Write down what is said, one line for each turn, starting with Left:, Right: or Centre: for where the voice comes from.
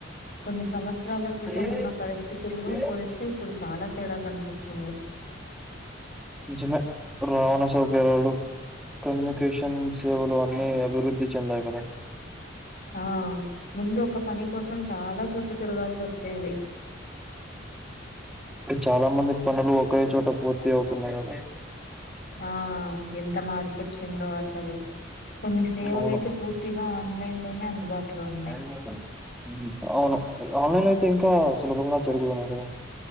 Left: కొన్ని సంవత్సరాల క్రితం
Centre: ఏ,
Left: ఉన్న పరిస్థితుల్లో
Centre: ఏ,
Left: పోలిస్తే ఇప్పుడు చాలా తేడా కనిపిస్తుంది.
Centre: కొంచెమే రవాణా సౌకర్యాలు, కమ్యూనికేషన్ సేవలు అన్ని అభి వృద్ధి చెందాయి కదా
Left: ఆ ముందు ఒక పని కోసం చాలా చోట్ల తిరగాల్సి వచ్చేది
Centre: చాలా మంది పనులు ఒకే చోట పూర్తి అవుతున్నాయి కాని
Left: ఆ ఎంత మారిపచ్చిందో అసలు, కొన్ని సేవలయితే
Centre: అవును
Left: పూర్ పూర్తిగా ఆన్లైన్ లోనే అందుబాటులో ఉన్నాయి.
Centre: <inaudible> అవును. ఆన్లైన్ అయితే ఇంకా సులభంగా జరుగుతున్నాయి అక్కడ